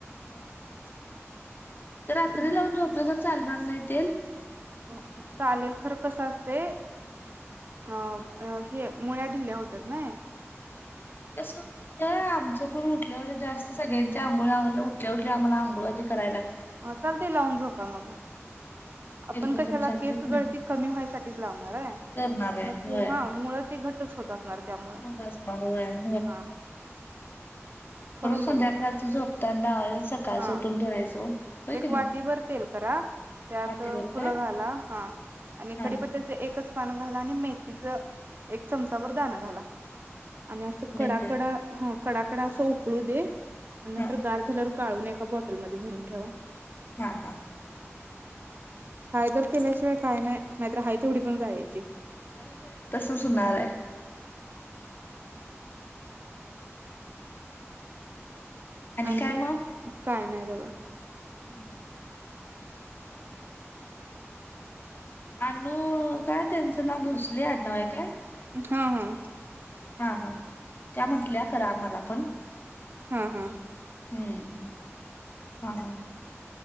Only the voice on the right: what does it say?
मग
अ चालेल खरं कसं असतंय अ अ हे. मुळ्या ढिल्या होत्यात ने.
अ चालतंय, लाऊन झोपा मग
आपण
कशाला
केस
गळती कमी व्हायसाठीच लावणार आहे,
मग
ते मूळ घट्ट तस होत असणार त्यामुळं
हां करून
बघा
हां.
एक
वाटीभर तेल करा, त्यात
फुलं
घाला, हा आणि
कडीपत्याच एक एकच पान घाला, आणि मेथीच एक चमचा भर दाणा घाला. आणि असं कडाकडा
ह कडाकडा असं उकळू दे मन नंतर
गार झाल्या गाळून एका बॉटलमध्येध भरून ठेवा.
कायदल
केल्याशिवाय काय नाही नाहीतर हाय तेवढी पण जायची
आणि
काय नाही बगा
हा हा
हा हा